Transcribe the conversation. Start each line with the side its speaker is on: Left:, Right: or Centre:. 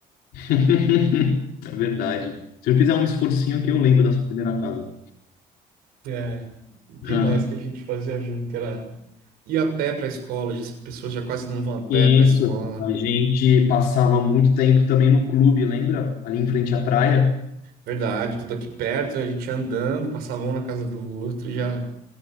Left: <laughs> É verdade. Se eu fizer um esforcinho aqui, eu lembro da sua primeira casa.
Right: É, o que
Left: <laughs>
Right: mais que a gente fazia junto? Que era ir a pé pra escola, já- as pessoas já quase não vão a pé
Left: Isso.
Right: pra escola.
Left: A gente passava muito tempo também no clube, lembra? Ali em frente à praia.
Right: Verdade, tudo aqui perto, né? A gente ia andando, passava um na casa do outro e já,